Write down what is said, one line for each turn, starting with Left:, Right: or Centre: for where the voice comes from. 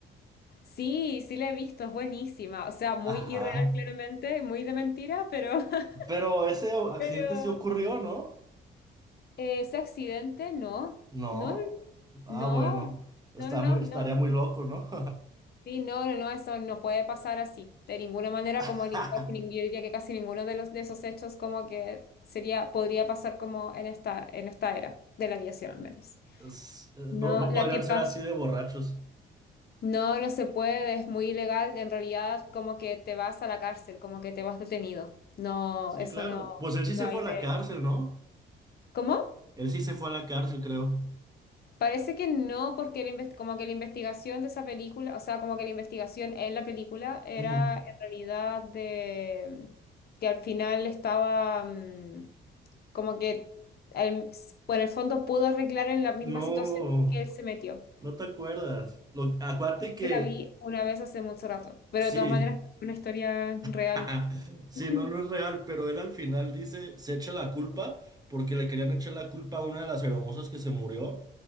Left: Sí, sí la he visto, es buenísima. O sea, muy
Right: Ajá.
Left: irreal claramente, muy de mentira, pero... <laughs>
Right: Pero ese accidente
Left: Pero...
Right: sí ocurrió, ¿no?
Left: eh, ese accidente, no.
Right: No.
Left: No, no,
Right: Ah,
Left: no.
Right: bueno. Está
Left: No, no, no,
Right: muy, estaría
Left: no. no.
Right: muy loco, ¿no?
Left: Sí, no, no, no, eso no puede pasar así. De ninguna manera,
Right: <laughs>
Left: como nin- casi, nin- yo diría que casi ninguno de los de esos hechos como que sería, podría pasar como en esta, en esta era de la aviación al menos.
Right: Es- eh,
Left: No,
Right: No, no
Left: la
Right: podrían
Left: que pasó.
Right: ser así de borrachos.
Left: No, no se puede, es muy ilegal. En realidad, como que te vas a la cárcel, como que te vas detenido. No,
Right: Sí,
Left: eso
Right: claro.
Left: no,
Right: Pues él sí
Left: no
Right: se
Left: hay
Right: fue a
Left: de...
Right: la cárcel, ¿no?
Left: ¿Cómo?
Right: Él sí se fue a la cárcel, creo.
Left: Parece que no, porque la inves- como que la investigación de esa película, o sea, como que la investigación en la película era
Right: Ujú.
Left: en realidad de que al final estaba mm, como que el- por el fondo pudo arreglar en la misma
Right: No,
Left: situación que él se metió.
Right: no te acuerdas. Lo, acuérdate
Left: Es
Right: que
Left: que la vi una vez hace mucho rato, pero
Right: sí,
Left: de todas maneras, una historia real.
Right: <laughs> sí,
Left: <laughs>
Right: no, no es real, pero él al final dice, se echa la culpa porque le querían echar la culpa a una de las hermosas que se murió